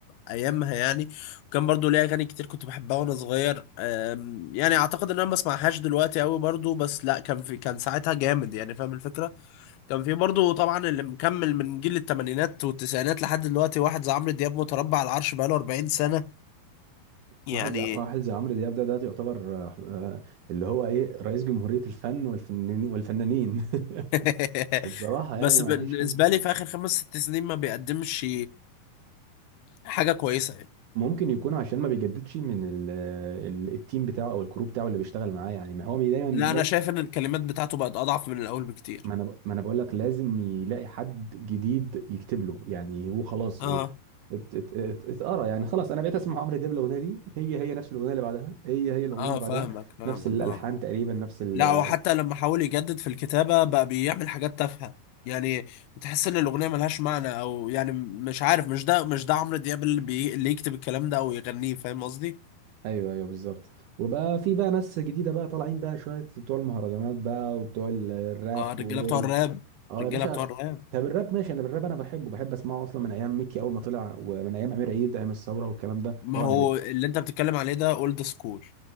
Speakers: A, on the left; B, on the right.
A: ايامها يعني وكان برضه ليه اغاني كتير كنت بحبها وانا صغير أم، يعني اعتقد ان انا ما اسمعهاش دلوقتي قوي برضه بس لا كان في كان ساعتها جامد يعني فاهم الفكره كان في برضه طبعا اللي مكمل من جيل الثمانينات والتسعينات لحد دلوقتي واحد زي عمرو دياب متربع على العرش بقاله 40 سنة يعني
B: واحد زي واحد زي عمرو دياب ده ده يعتبر آه، اللي هو إيه رئيس جمهورية الفن والفنانين والفنانين <laughs>
A: <laughs>
B: بصراحة
A: بس
B: يعني ما
A: بالنسبة
B: فيش حد
A: لي في آخر خمس ست سنين ما بيقدمش حاجة كويسة يعني
B: ممكن يكون عشان ما بيجددش من ال ال التيم بتاعه او الكروب بتاعه اللي بيشتغل معاه يعني ما هو دايما
A: لا أنا شايف إن الكلمات بتاعته بقت أضعف من الأول بكتير
B: ما انا ما انا بقول لك لازم يلاقي حد جديد يكتب له يعني هو خلاص
A: اه
B: ات- ات- ات- ات- اتقرا يعني خلاص انا بقيت اسمع عمرو دياب الاغنيه دي هي هي نفس الاغنيه اللي بعدها هي هي الاغنيه
A: اه
B: اللي بعدها
A: فاهمك فاهمك
B: نفس الالحان
A: اه آه.
B: تقريبا نفس ال
A: لا وحتى لما حاول يجدد في الكتابة بقى بيعمل حاجات تافهة يعني تحس ان الاغنية ملهاش معنى او يعني مش عارف مش ده مش ده عمرو دياب اللي, بي... اللي يكتب الكلام ده او يغنيه فاهم قصدي؟
B: ايوه ايوه بالظبط وبقى في بقى ناس جديده بقى طالعين بقى شويه بتوع المهرجانات بقى وبتوع ال- الراب
A: اه الرجالة
B: ودول
A: بتوع الراب
B: اه
A: الرجالة
B: يا باشا
A: بتوع الراب
B: طب الراب ماشي انا بالراب انا بحبه بحب اسمعه اصلا من ايام ميكي اول ما طلع ومن ايام امير عيد ايام الثوره والكلام ده
A: ما
B: طبعا
A: هو
B: اللي
A: اللي انت بتتكلم عليه ده اولد سكول